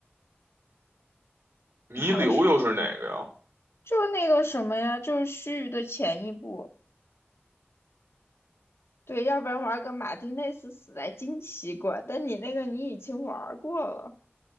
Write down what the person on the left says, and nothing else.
还有什么？就是那个什么呀，就是须臾的前一部。对，要不然玩个马丁内斯死在惊奇馆，但你那个你已经玩过了，